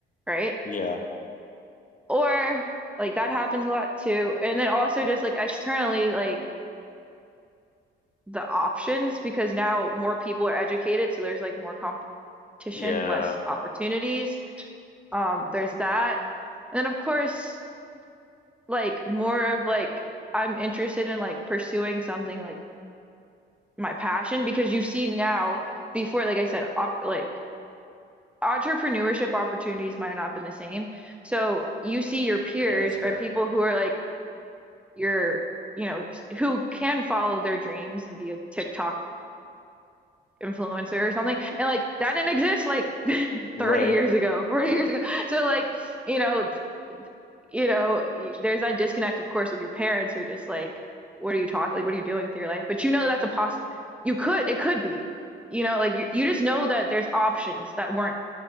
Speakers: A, in the centre; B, on the left.
A: right?
B: Yeah,
A: Or like that happens a lot too. And then also just like externally, like the options because now more people are educated, so there's like more competition,
B: yeah,
A: less opportunities. Um, there's that. And then of course, like more of like I'm interested in like pursuing something like my passion because you see now before like I said op like entrepreneurship opportunities might not have been the same. So you see your peers
B: yeah. That's fair.
A: or people who are like your you know who can follow their dreams and be a TikTok influencer or something and like that didn't exist like <laughs>
B: Right.
A: 30 years ago 40 years ago so like you know you know, there's that disconnect, of course, with your parents who are just like, what are you talking? Like, what are you doing with your life? But you know that's a poss. You could, it could be, you know, like you, you just know that there's options that weren't